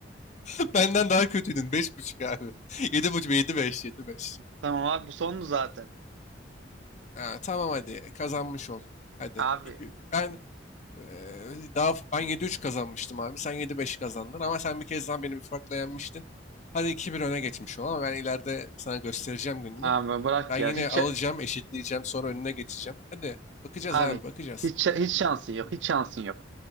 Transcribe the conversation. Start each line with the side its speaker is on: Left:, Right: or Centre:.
Left: <laughs> Benden daha kötüydün. Beş buçuk abi. <laughs> Yedi buçuk. Yedi beş. Yedi beş.
Right: <laughs> Tamam abi bu sondu zaten.
Left: Ha, tamam hadi. Kazanmış ol. Hadi.
Right: Abi,
Left: İki- ben eee, daha f- ben yedi 3 kazanmıştım abi. Sen yedi beş kazandın ama sen bir kez daha beni bir farkla yenmiştin. Hadi iki bir öne geçmiş ol ama ben ileride sana göstereceğim gününü.
Right: abi bırak
Left: Ben
Right: ya.
Left: yine
Right: Hiç
Left: alacağım, eşitleyeceğim, sonra önüne geçeceğim. Hadi bakacağız
Right: abi
Left: abi bakacağız.
Right: hiç hiç şansın yok. Hiç şansın yok.